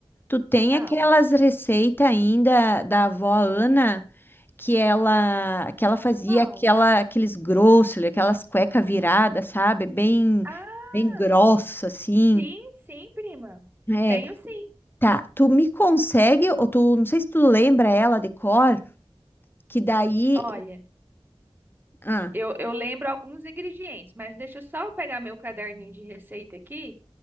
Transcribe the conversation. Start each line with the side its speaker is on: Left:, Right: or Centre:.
Left: tu tem
Right: Qual?
Left: aquelas receitas ainda da avó Ana que ela que ela fazia
Right: Qual?
Left: aquela, aqueles grossos, aquelas cueca viradas, sabe? Bem,
Right: Ah,
Left: bem grossa, assim.
Right: sim, sim, prima.
Left: É,
Right: Tenho sim.
Left: tá. Tu me consegue, ou tu, não sei se tu lembra ela de cor, que daí.
Right: Olha,
Left: eu- Ah,
Right: eu, eu lembro alguns ingredientes, mas deixa eu só pegar meu caderninho de receita aqui,